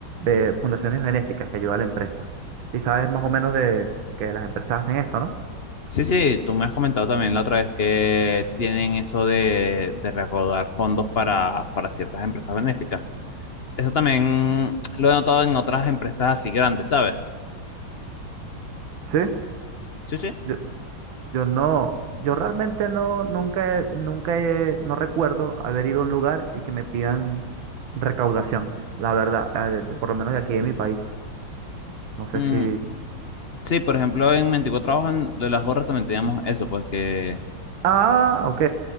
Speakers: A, on the right (about 70°); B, on the left (about 55°).
A: eh, fundaciones benéficas que ayudan a la empresa. Si sabes más o menos de que las empresas hacen esto, ¿no?
B: Sí, sí, tú me has comentado también la otra vez que tienen eso de, de recaudar fondos para, para ciertas empresas benéficas. Eso también lo he notado en otras empresas así grandes, ¿sabes?
A: Sí,
B: Sí, sí.
A: yo, yo no, yo realmente no, nunca, he- nunca he- no recuerdo haber ido a un lugar y que me pidan recaudación, la verdad, eh, de- por lo menos de aquí en mi país. No sé
B: Mm,
A: si...
B: sí, por ejemplo, en 24 Trabajos en lo de las gorras también teníamos eso, pues que,
A: Ah, ok,